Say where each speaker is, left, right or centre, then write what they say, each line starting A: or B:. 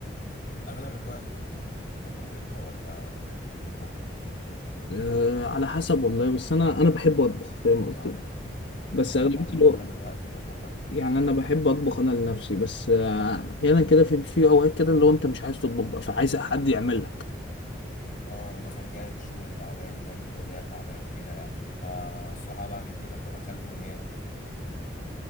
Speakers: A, on the left; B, on the left.
A: اغلب الوقت بتطبخ انت ولا والدتك اللي بتطبخ
B: أه على حسب والله بس أنا أنا بحب أطبخ فاهم قصدي؟ بس
A: انا
B: أغلبية
A: برضو
B: الوقت
A: اغلب الوقت بطبخ انا
B: يعني أنا بحب أطبخ أنا لنفسي بس آه، أحيانا كده في في أوقات كده اللي هو أنت مش عايز تطبخ بقى فعايز حد يعمل لك
A: اه مثلا جاي من الشغل تعبان جاي من الكلية تعبان كده يعني فالصراحة بعمل كده فبخلي امي هي اللي تطبخ